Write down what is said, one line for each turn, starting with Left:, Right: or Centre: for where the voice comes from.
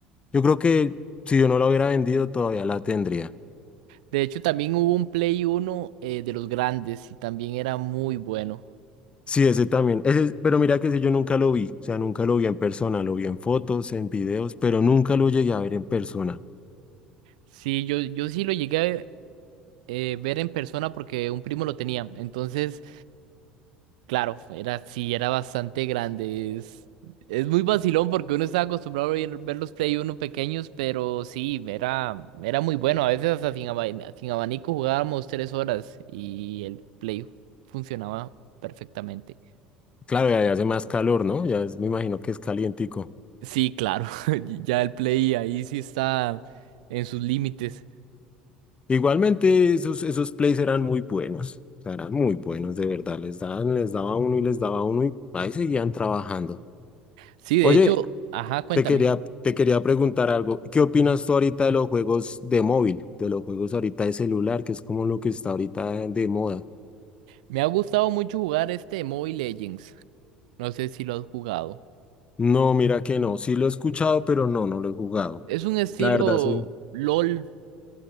Left: Yo creo que si yo no la hubiera vendido todavía la tendría.
Right: De hecho, también hubo un Play uno eh, de los grandes y también era muy bueno.
Left: Sí, ese también. Ese, pero mira que ese yo nunca lo vi, o sea, nunca lo vi en persona, lo vi en fotos, en videos, pero nunca lo llegué a ver en persona.
Right: Sí, yo, yo sí lo llegué a eh, ver en persona porque un primo lo tenía. Entonces, claro, era, sí, era bastante grande. Es, es muy vacilón porque uno estaba acostumbrado a ver ver los Play uno pequeños, pero sí, era, era muy bueno. A veces hasta sin, aba- sin abanico jugábamos tres horas y el Play funcionaba perfectamente.
Left: Claro, ya, ya hace más calor, ¿no? Ya es- me imagino que es calientico.
Right: Sí, claro, <laughs> ya el Play ahí sí está en sus límites.
Left: Igualmente, esos, esos plays eran muy buenos, o sea, eran muy buenos, de verdad. Les daban, les daba uno y les daba uno y ahí seguían trabajando.
Right: Sí, de
Left: Oye,
Right: hecho, ajá, cuéntame.
Left: te quería, te quería preguntar algo. ¿Qué opinas tú ahorita de los juegos de móvil, de los juegos ahorita de celular, que es como lo que está ahorita de moda?
Right: Me ha gustado mucho jugar este Mobile Legends. No sé si lo has jugado.
Left: No, mira que no. Sí lo he escuchado, pero no, no lo he jugado.
Right: Es un estilo
Left: La verdad, soy...
Right: LOL,